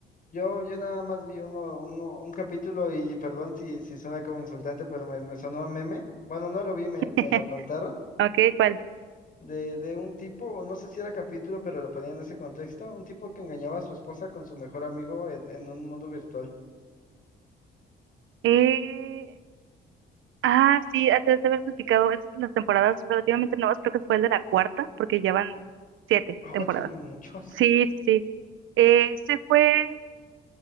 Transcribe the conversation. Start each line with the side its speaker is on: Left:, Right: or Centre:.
Left: Yo, yo nada más vi uno, uno, un capítulo y, y perdón si, si suena como insultante, pero me, me sonó a meme. Bueno, no lo vi, me,
Right: <laughs>
Left: me lo contaron.
Right: Ok, ¿cuál?
Left: De, de un tipo, o no sé si era capítulo, pero lo ponían en ese contexto, un tipo que engañaba a su esposa con su mejor amigo en, en un mundo virtual.
Right: Eh, ah, sí, antes de haber platicado, es las temporadas relativamente nuevas, creo que fue el de la cuarta, porque ya van siete
Left: Oh,
Right: temporadas.
Left: tienen muchos.
Right: Sí, sí, sí. Eh, Ese fue